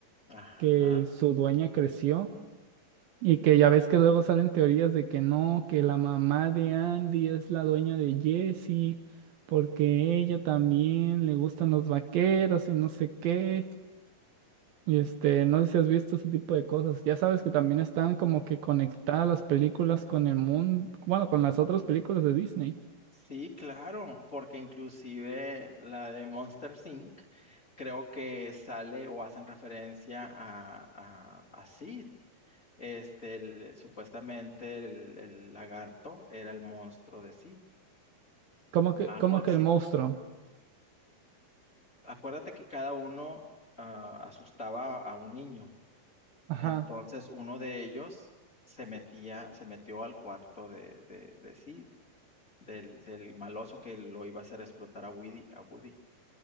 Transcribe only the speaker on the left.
ajá.
Sí, claro, porque inclusive la de Monster Inc. creo que sale o hacen referencia a, a, a Sid. Este, el- supuestamente el, el lagarto era el monstruo de Sid,
algo
así.
Acuérdate que cada uno ah, asustaba a un niño.
Entonces uno de ellos se metía, se metió al cuarto de, de, de Sid, del, del maloso que lo iba a hacer explotar a Woody, a Woody.